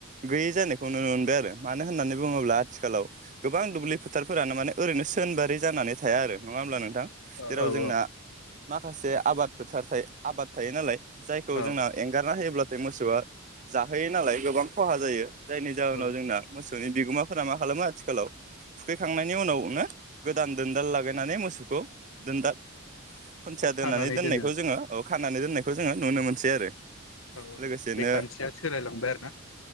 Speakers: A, on the right; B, on the left.
A: गैयै जानायखौ नुनो मोनबाय आरो मानो होननानै बुङोब्ला आथिखालाव गोबां दुब्लि फोथारफोरानो माने ओरैनो सोनबारि जानानै थाया आरो नङा होमब्ला नोंथां
B: औ
A: जेराव जोंना माखासे आबाद फोथार थायो आबाद थायो नालाय जायखौ
B: औ
A: जोंना एंगारना होयोब्ला मोसौआ जा जाहैयो नालाय गोबां खहा जायो जायनि जाहोनाव
B: औ
A: जोंना मोसौ मोसौनि बिगोमाफोरा मा खालामो आथिखालाव थुखैखांनायनि उनावनो गोदान दोनदाल लागायनानै मोसौखौ दोनदाल खुन्थिया दोननानै
B: खानानै
A: दोननायखौ
B: दोनो
A: जोङो औ खानानै दोननायखौ जोङो नुनो मोनसै आरो
B: औ
A: लोगोसेनो
B: बे खान्थिया सोलायलांबाय आरो ना